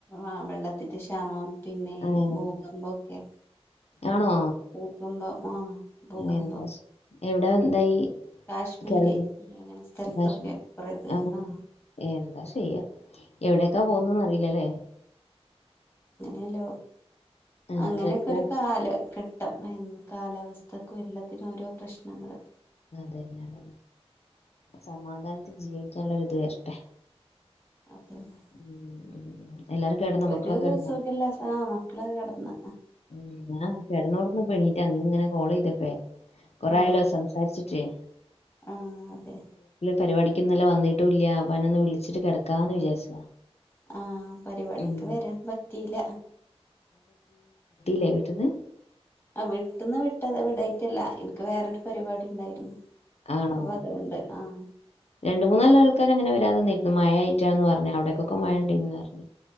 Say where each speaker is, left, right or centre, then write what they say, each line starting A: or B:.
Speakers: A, on the left; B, on the left.
A: ആ വെള്ളത്തിന്റെ ക്ഷാമം, പിന്നെ
B: ഏഹ്
A: ഭൂകമ്പൊക്കെ...
B: ആണോ?
A: ഭൂകമ്പം ആ ഭൂകമ്പം
B: എന്താ? എവിടെ എന്തായി?
A: കാശ്മീര്,
B: കേരളത്തിൽ
A: അങ്ങനെ സ്ഥലത്തൊക്കെ
B: കാശ്മീർ
A: കുറേ തരും...
B: ആഹ്
A: ആ
B: എന്താ ചെയ്യ... എവിടെൊക്കാ
A: ഉം
B: പോകുന്നുന്ന് അറിയില്ലല്ലേ?
A: ഇല്ല,
B: എവിടെ
A: അങ്ങനെക്കെരു
B: എത്താ
A: കാല ഘട്ട... ഉം! കാലാവസ്ഥക്കും എല്ലാത്തിനും ഓരോ പ്രശ്നങ്ങള്ൾ...
B: അതന്നെ! അതന്നെ സമാധാനം! ജീവിക്കാനുള്ളരിത് വരട്ടെ...
A: അതന്ന
B: ഉം ഉം. എല്ലാരും കെടന്നോ മക്കളൊക്കെ
A: ഒരു
B: കെടന്നോ
A: സുഖ ഇല്ല ആ മക്കള കിടന്ന്
B: ഉം ഞാൻ കിടന്നോടന്ന് പണീറ്റാ നീ ഇങ്ങനെ കോള ചെയ്തപ്പേ കൊറയാലോ
A: ആ
B: സംസാരിച്ചിട്ടേ
A: ആ അതെ
B: പരിപാടിക്ക്ന്നല്ല വന്നിട്ട ഇല്ല അപ്പൊ അന്നേ ഒന്ന് വിളിച്ചിട്ട് കിടക്കാമന്ന് വിചാരിച്ചതാ
A: ആ പരിപാടിക്ക്
B: ഉം
A: വരാൻ പറ്റിയില്ല
B: ല്ല വീട്ടന്ന്
A: ആ വിട്ടന്ന് വിട്ടതെ വിടായിറ്റല്ല എനിക്ക് വേറൊരു പരിപാടി ഉണ്ടായിരുന്നു
B: ആണോ
A: അപ്പൊ അതുകൊണ്ട് ആഹ്
B: രണ്ടു മൂന്നാല
A: മൊത്ത
B: ആൾക്കാര അങ്ങനെ വരാതെ നിന്നിന്നു മഴായി മച്ചാന്ന് പറഞ്ഞ് അവിടേക്കൊക്കെ വേണ്ടീന്ന് പറഞ്ഞ്